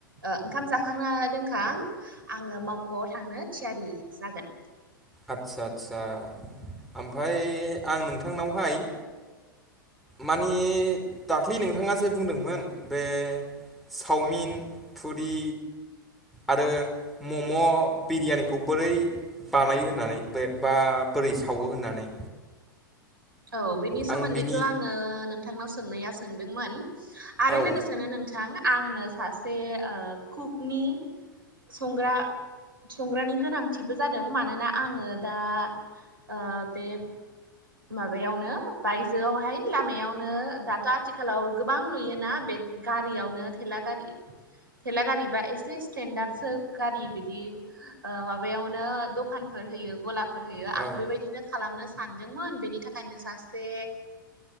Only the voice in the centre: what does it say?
आदसा आदसा आमफाय आं नोंथांनावहाय मानि दाखलि नोंथांआ जे बुंदोंमोन बे सावमिन फुरि आरो मम' बिरियानिखौ बोरै बानायो होननानै बेबा बोरै सावो होननानै
आं
बिनि
औ
औ